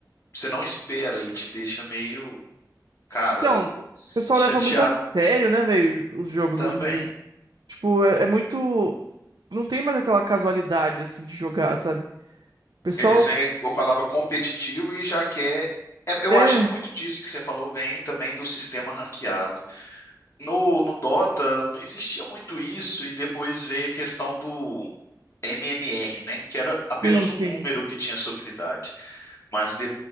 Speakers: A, on the left (about 40°); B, on the right (about 80°).
A: você não espera e te deixa meio, cara,
B: Então, o pessoal
A: chateado
B: leva muito a sério, né, velho, os jogos
A: também.
B: hoje em dia. Tipo, é, é muito. Não tem mais aquela casualidade, assim, de jogar, sabe? O pessoal.
A: Eles vêm com a palavra competitivo e já quer. é- Eu
B: É,
A: acho que muito disso que você falou vem também do sistema ranqueado. No, no Dota não existia muito isso, e depois veio a questão do MMR, né? Que era apenas
B: sim, sim.
A: um número que tinha sua habilidade. Mas de-